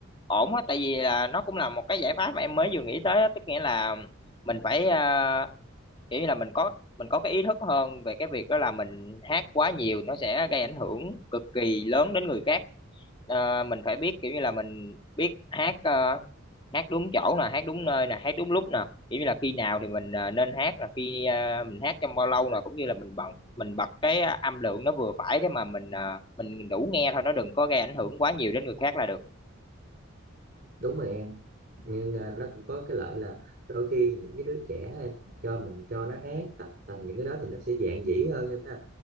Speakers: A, on the left; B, on the right.
A: ổn á tại vì là nó cũng là một cái giải pháp mà em mới vừa nghĩ tới á, tức nghĩa là mình phải ờ, kiểu như là mình có mình có cái ý thức hơn về cái việc đó là mình hát quá nhiều nó sẽ gây ảnh hưởng cực kỳ lớn đến người khác Ờ, mình phải biết kiểu như là mình biết hát ờ, hát đúng chỗ nè hát đúng nơi nè hát đúng lúc nè kiểu như là khi nào thì mình ờ, nên hát là khi ờ, mình hát trong bao lâu nè cũng như là mình bật mình bật cái ờ, âm lượng nó vừa phải để mà mình ờ, mình đủ nghe thôi nó đừng có gây ảnh hưởng quá nhiều đến người khác là được
B: đúng rồi em nhưng à, nó cũng có cái lợi là đôi khi những cái đứa trẻ em cho mình cho nó hát tập tành những cái đó thì nó sẽ dạn dĩ hơn em ha